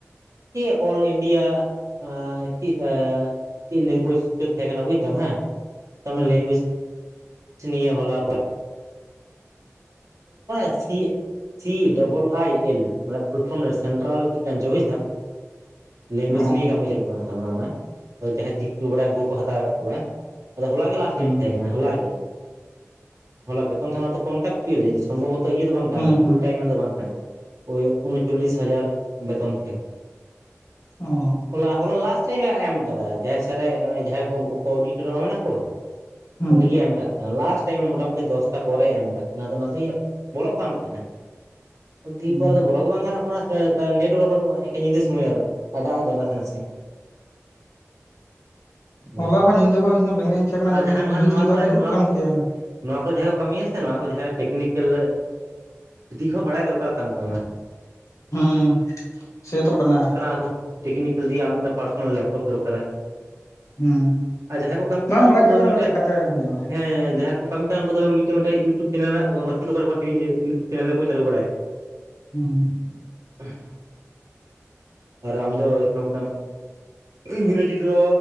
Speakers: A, on the right (about 85°); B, on the left (about 80°).
A: ᱪᱮᱫ ᱚᱞ ᱤᱱᱰᱤᱭᱟ ᱮᱸ ᱪᱮᱫ ᱮᱸ ᱪᱮᱫ ᱞᱮᱝᱜᱩᱭᱮᱡ ᱪᱚ ᱛᱟᱦᱮᱸ ᱠᱟᱱᱟ ᱵᱩᱡᱫᱟᱢ ᱦᱮᱸ ᱛᱟᱨᱢᱟᱱᱮ
B: ᱦᱩᱸ
A: ᱞᱮᱝᱜᱩᱭᱮᱡ ᱾ ᱱᱤᱭᱟᱹ ᱦᱚᱞᱟ <inaudible> <unintelligible> ᱥᱤ ᱰᱚᱵᱚᱞ ᱟᱭ ᱮᱞ ᱯᱷᱩᱞᱯᱷᱨᱚᱢ ᱫᱚ ᱥᱮᱱᱴᱨᱟᱞ ᱪᱮᱫ ᱠᱟᱱ ᱪᱚ ᱵᱩᱡᱫᱟᱢ ᱾ ᱞᱮᱝᱜᱩᱭᱡᱽ
B: ᱚ
A: ᱱᱤᱭᱮ ᱠᱟᱹᱢᱤ ᱪᱟᱹᱞᱩᱜ ᱠᱟᱱᱟ ᱛᱟᱨ ᱢᱟᱱᱮ ᱚᱱᱟ ᱟᱨ ᱡᱟᱦᱟᱸᱭ ᱪᱤᱠᱤ ᱠᱚ ᱵᱟᱲᱟᱭᱟ ᱩᱱᱠᱩ ᱠᱚᱠᱚ ᱦᱟᱛᱟᱣ ᱮᱫ ᱠᱚᱣᱟ ᱾ ᱟᱫᱚ ᱦᱚᱞᱟ ᱜᱮ ᱞᱟᱥᱴ
B: ᱦᱩᱸ
A: ᱰᱮᱴ ᱛᱟᱦᱮᱸ ᱠᱟᱱᱟ ᱦᱚᱞᱟᱜ ᱜᱮ ᱦᱚᱞᱟ ᱵᱮᱛᱚᱱ ᱛᱟᱦᱮᱸᱱᱟ ᱛᱚ ᱠᱚᱱᱴᱟᱠᱪᱩᱭᱮᱞ ᱥᱚᱢᱵᱷᱚᱵᱚᱛᱚ ᱤᱭᱟᱹ ᱫᱚ ᱵᱟᱝ
B: ᱦᱩᱸ
A: ᱠᱟᱱᱟ
B: ᱦᱩᱸ
A: ᱯᱷᱩᱞ ᱴᱟᱭᱢᱟᱨ ᱫᱚ ᱵᱟᱝ ᱠᱟᱱᱟ ᱳ ᱩᱱᱚᱪᱚᱞᱞᱤᱥ ᱦᱟᱡᱟᱨ ᱵᱮᱛᱚᱱ ᱛᱟᱦᱮᱸ ᱠᱟᱱᱟ ᱾
B: ᱚ
A: ᱦᱚᱞᱟ ᱦᱚᱞᱟ ᱞᱟᱥᱴ ᱴᱟᱭᱤᱢᱮ ᱮᱢ ᱟᱠᱟᱫᱟ ᱡᱟᱦᱟᱸᱭ ᱥᱟᱨ ᱮ ᱡᱟᱦᱟᱸᱭ ᱠᱚ ᱩᱱᱠᱩ ᱠᱚ ᱚᱰᱤᱴᱳᱨᱤᱢᱟ ᱢᱮᱱᱟ <unintelligible>
B: ᱦᱩᱸ
A: ᱩᱱᱤᱜᱮ ᱮᱢ ᱠᱟᱜ ᱛᱟᱦᱮᱱᱟ ᱞᱟᱥᱴ ᱴᱟᱭᱤᱢ ᱨᱮ ᱢᱚᱴᱟᱢᱩᱴᱤ ᱫᱚᱥᱴᱟ ᱯᱚᱨᱮᱭ ᱮᱢ ᱠᱟᱜ ᱛᱟᱦᱮᱱᱟ ᱟᱫᱚ ᱱᱟᱥᱮ ᱵᱚᱞᱚᱜ ᱠᱟᱱ ᱛᱟᱦᱮᱱᱟ ᱫᱤ
B: ᱦᱩᱸ
A: ᱯᱟᱨᱮ ᱟᱫᱚ ᱵᱚᱞᱚ ᱜᱮ ᱵᱟᱝ ᱜᱟᱱᱚᱜ ᱠᱟᱱᱟ ᱱᱮᱴᱚᱣᱟᱨᱠ ᱵᱟᱹᱱᱩᱜᱼᱟ ᱾ ᱧᱤᱫᱟᱹ ᱥᱚᱢᱚᱭ ᱟᱨᱚ ᱦᱚᱸ ᱫᱟᱜ ᱮᱫᱟᱭ ᱱᱟᱥᱮ ᱱᱟᱥᱮ <unintelligible>
B: ᱦᱚᱞᱟ ᱦᱚᱸ ᱧᱤᱫᱟᱹ ᱦᱚᱸ ᱤᱧᱦᱚᱸ ᱵᱮᱸᱜᱮᱫ ᱤᱧ ᱛᱟᱦᱮᱸ ᱠᱟᱱᱟ
A: ᱟᱨ
B: ᱧᱮᱞ
A: ᱡᱟᱦᱟᱸ
B: ᱫᱟᱹᱧ
A: ᱱᱚᱣᱟ
B: ᱡᱷᱤᱨᱤ
A: ᱱᱚᱣᱟ
B: ᱡᱷᱤᱨᱤ ᱫᱟᱜ
A: ᱠᱚᱨᱮ
B: ᱧᱩᱨᱩᱜ
A: ᱱᱚᱣᱟ
B: ᱠᱟᱱ
A: ᱠᱚᱨᱮ
B: ᱜᱮᱭᱟ
A: ᱱᱚᱣᱟ ᱠᱚ ᱡᱟᱦᱟᱸᱭ ᱠᱚ ᱠᱟᱹᱢᱤᱭᱟ ᱥᱮ ᱱᱚᱣᱟ ᱠᱚ ᱡᱟᱦᱟᱸ ᱴᱮᱠᱱᱤᱠᱮᱞ ᱫᱤᱠ ᱦᱚᱸ ᱵᱟᱲᱟᱭ ᱫᱚᱨᱠᱟᱨ ᱠᱟᱱ ᱛᱟᱢᱟ
B: ᱦᱩᱸ ᱥᱮᱛᱚ ᱠᱟᱱᱟ ᱾
A: ᱚᱱᱟ ᱠᱚ ᱴᱮᱠᱱᱤᱠᱮᱞ ᱫᱤᱭᱮ ᱟᱨ ᱯᱟᱨᱥᱚᱱᱟᱞ ᱞᱮᱯᱴᱚᱯ ᱫᱚᱨᱠᱟᱨᱟ ᱾
B: ᱦᱩᱸ
A: ᱟᱨ ᱡᱟᱦᱟᱸᱭ ᱠᱚ ᱠᱟᱹᱢᱤ
B: ᱵᱟᱢ
A: ᱠᱟᱱᱟ
B: ᱵᱟᱲᱟᱭ
A: ᱩᱱᱠᱩ
B: ᱠᱷᱟᱡ
A: ᱫᱚ
B: ᱚᱱᱟ
A: ᱢᱤᱫᱴᱮᱱ
B: ᱪᱮᱠᱟᱛᱮ ᱦᱩᱭᱩᱜᱼᱟ
A: ᱦᱮᱸ ᱡᱟᱦᱟᱸ ᱠᱚ ᱠᱚ ᱠᱟᱹᱢᱤ ᱠᱟᱱᱟ ᱩᱱᱠᱩ ᱫᱚ ᱢᱤᱫᱴᱮᱱ ᱢᱤᱫᱴᱮᱱ ᱤᱭᱩᱴᱩᱵ ᱪᱮᱱᱮᱞ ᱢᱮᱱᱟᱜ ᱛᱟᱠᱚᱣᱟ ᱪᱷᱴᱳ ᱠᱷᱟᱴᱚ ᱤᱭᱩᱴᱩᱵ ᱪᱮᱱᱮᱞ ᱜᱮᱠᱚ ᱪᱟᱹᱞᱩ ᱵᱟᱲᱟᱭᱮᱫᱟ ᱾
B: ᱦᱩᱸ
A: <unintelligible> ᱟᱨ ᱟᱢ ᱫᱚ ᱚᱠᱟ ᱞᱮᱠᱟᱢ - ᱤᱝᱨᱮᱡᱤ ᱫᱚ